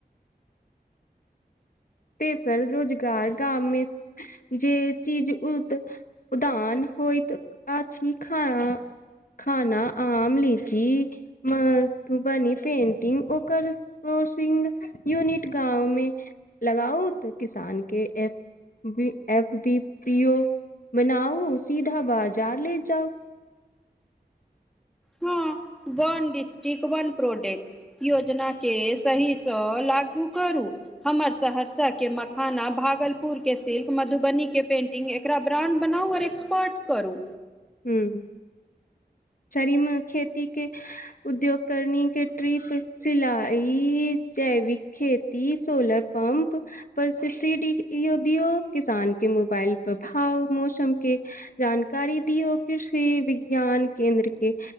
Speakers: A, on the left (about 55°); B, in the centre.
A: तेसर रोजगार गाममे जे चीज उद उदान होय <unintelligible> तऽ आ छी खाय खाना आम लीची मधुबनी पेन्टिंग ओकर सोर्सिंग यूनिट गाँव मे लगाउत किसान केँ ए एबी फ बी पीओ <unintelligible> बनाउ सीधा बाजार ले जाउ
B: हँ वन डिस्ट्रिक्ट वन प्रोडक्ट योजनाकेँ सहीसँ लागू करू हमर सहरसा केंँ मखाना भागलपुर केँ सिल्क मधुबनी केँ पेंटिंग एकरा ब्रान्ड बना एक्सपोट करू
A: ह्म शरीमे खेती के उद्योग करनी के ट्रीप सिलाई जैविक खेती सोलर पंप परससिडी यदियो किसान के मोबाइल प्रभाव मौसमके जानकारी द दिय ओ कृषि विज्ञान केन्द्र केँ